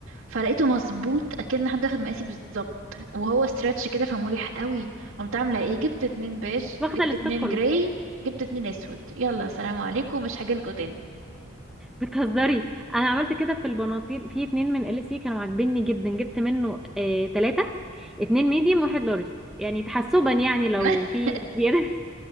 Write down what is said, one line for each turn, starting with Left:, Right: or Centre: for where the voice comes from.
Right: فلقيته مظبوط اكن حد اخد مقاسي بالظبط وهو ستريتش كده فمريح قوي قمت عامله ايه جبت اتنين بيج
Centre: واخده
Right: جبت
Centre: الستوك
Right: اتنين
Centre: كله
Right: جراي جبت اتنين اسود يلا سلام عليكم مش هجيلكوا تاني
Centre: بتهزري انا عملت كده في البناطيل في اتنين من ال سي كانوا عاجبني جدا جبت منه آه... تلاته اتنين ميديوم واحد لارج يعني تحسبا يعني لو
Right: <laughs>
Centre: في زيادة <laughs>